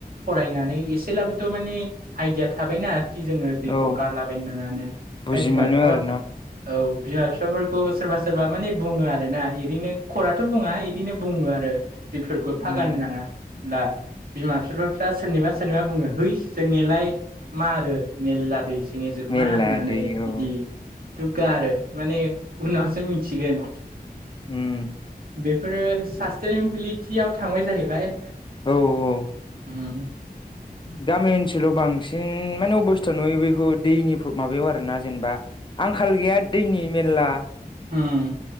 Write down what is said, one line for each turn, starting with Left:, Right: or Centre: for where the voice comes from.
Right: फरायनानै एसेलाबोथ' माने आइदिया थाबायना खि जोङो दैखौ
Left: औ
Right: गारलाबायनो नाङानो
Left: बुजि
Right: फाय बिमा
Left: मोनो
Right: बिफा
Left: आरोना
Right: औ बिमा बिफाफोरखौ सोरबा सोरबा माने बुङो आरोना इदिनो खराथ' बुङा इदिनो बुङो आरो दैफोरखौ एफा
Left: उम
Right: गारनो नाङा। ना बिमा बिफाफ्रा सोरनिबा सोरनिबा बुङो है जोंनिलाय मारो मेरला दैसो बेजोब
Left: मेरला
Right: मा होननानै
Left: दै
Right: बिदि
Left: औ
Right: दुगगा आरो माने उनावसो मिथिगोन।
Left: उम
Right: बेफोरो सास्टनिबिलिटियाव थांबाय जाहैबाय
Left: औ औ औ
Right: उम
Left: गामि ओनसोलाव बांसिन माने अबस्था नुयो बेखौ दैनि माबायाव आरोना जेनेबा आंखाल गैया दैनि मेरला
Right: उम